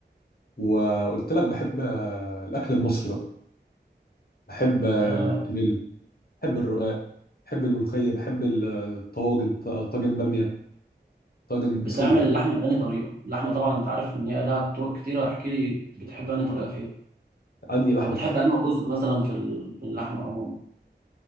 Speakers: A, on the left; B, on the right.
A: وقلت لك بحب آه، الأكل المصري بقى بحب آه،
B: آه،
A: البشاميل بحب الرقاق بحب الملوخية بحب ال- الطواجن ط- طاجن بامية طاجن
B: بتعمل
A: بسلة
B: اللحمة بأنهي طريقة اللحمة طبعا انت عارف ان هي لها طرق كتيرة احكي لي بتحب أنهي طريقة فيها
A: عندي لحمة
B: او بتحب
A: بس
B: أنهي جزء مثلا في ال- في اللحمة عموما